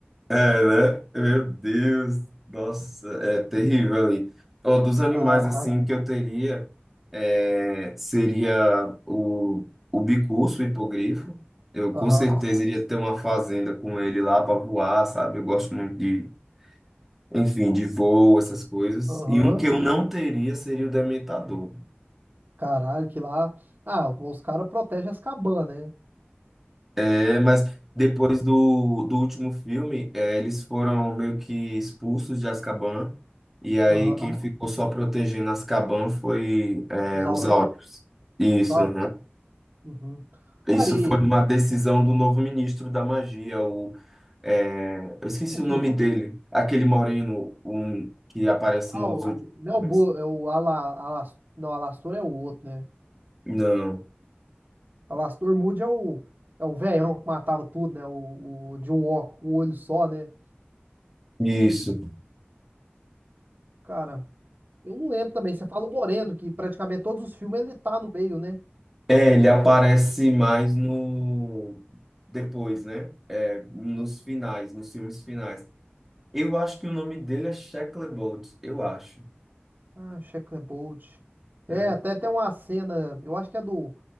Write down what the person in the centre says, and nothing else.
É, né? Meu Deus, nossa, é terrível ali. Ó, dos animais
assim
que eu teria é, seria o, o bicurso, o hipogrifo. Eu com
certeza iria ter uma fazenda com ele lá para voar, sabe? Eu gosto muito de, enfim, de voo, essas coisas.
E um que eu não teria seria o dementador.
É, mas depois do, do último filme, é, eles foram meio que expulsos de Azkaban. E aí
quem ficou só protegendo Azkaban foi é,
os Aurus. Isso,
uhum.
Isso
foi uma decisão do novo ministro da magia, o, é, eu esqueci
o nome dele, aquele moreno um, que aparece
nos
últimos
filmes.
Não,
isso.
É, ele aparece mais no depois, né? É, nos finais, nos filmes finais. Eu acho que o nome dele é Shackley Bolt, eu acho,
né?